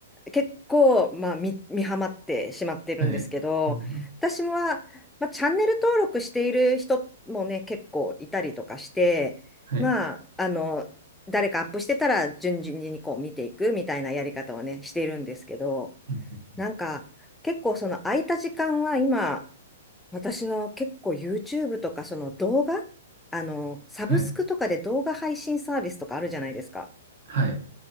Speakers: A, in the centre; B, on the right.
A: 結構、まあ、見、見ハマってしまってるんですけど、
B: はい。うん。うん
A: 私は、まあ、チャンネル登録している人もね、結構いたりとかして、
B: はい。
A: まあ、あの、誰かアップしてたら、順々にこう見ていくみたいなやり方をね、しているんですけど、
B: うんうん
A: なんか、結構その空いた時間は今、私は結構 YouTube とかその動画、あの、サブスクとかで動画配信サービスとかあるじゃないですか。
B: はい。はい。